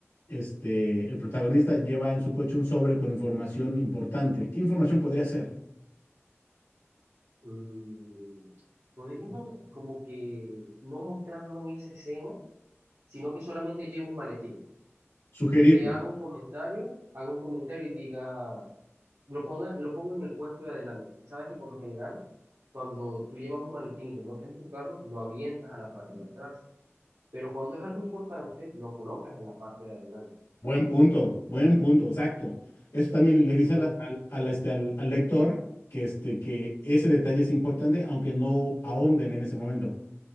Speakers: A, on the left; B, on the right.
A: este, el protagonista lleva en su coche un sobre con información importante. ¿Qué información podría ser?
B: mm, podríamos como que no mostrarlo en esa escena, sino que solamente lleve un maletín
A: Sugerirlo.
B: y que haga un comentario, haga un comentario y diga, lo ponga, lo ponga en el puesto de adelante. Sabes que por lo general, cuando tú llevas un maletín y te montas en tu carro, lo avientas a la parte de atrás. Pero cuando es algo importante, lo colocas en la parte de adelante.
A: Buen punto, buen punto, exacto. Eso también le le dice
B: Entonces,
A: a la- al, al, este, al- al lector que, este, que ese detalle es importante, aunque no ahonden en ese momento.